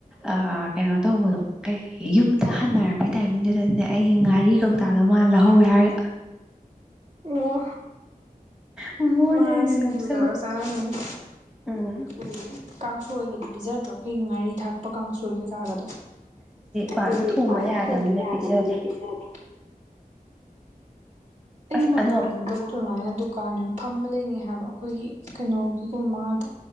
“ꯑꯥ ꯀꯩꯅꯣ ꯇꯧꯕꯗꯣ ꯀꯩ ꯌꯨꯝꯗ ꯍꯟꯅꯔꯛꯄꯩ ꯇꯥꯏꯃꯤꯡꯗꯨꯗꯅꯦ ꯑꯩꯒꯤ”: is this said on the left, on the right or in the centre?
Centre